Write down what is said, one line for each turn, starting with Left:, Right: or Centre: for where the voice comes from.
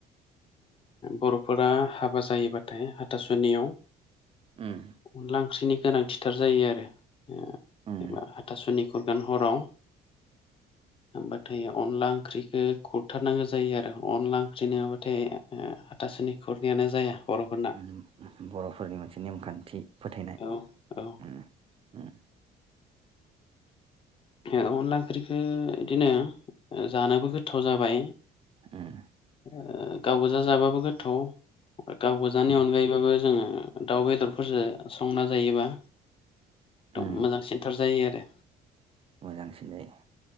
Left: बर'फोरा हाबा जायोबाथाय हाथासुनियाव
Right: उम
Left: अनला ओंख्रिनि गोनांथिथार जायो आरो जेनबा
Right: उम
Left: हाथासुनिखौ जेन हराव हबाथाय अनला ओंख्रैखो खुरथारनांगो जायो आरो अनला ओंख्रि नोङाबाथाय हाथासिनि खुरनायानो जाया बर'फोरना
Right: उम बर'फोरनि मोनसे नेमखान्थि फोथायनाय
Left: औ औ
Right: उम उम
Left: अनला ओंख्रिखो इदिनो जानोबो गोथाव जा बाय
Right: उम
Left: ओ गाव गोजाजाबाबो गोथाव गाव गोजानि
Right: उम
Left: अनगायैबाबो जोंङो दाउ बेदरफोरजो संना जायोबा दम
Right: उम
Left: मोजां सेन्थार जायो आरो
Right: मोजां सिनै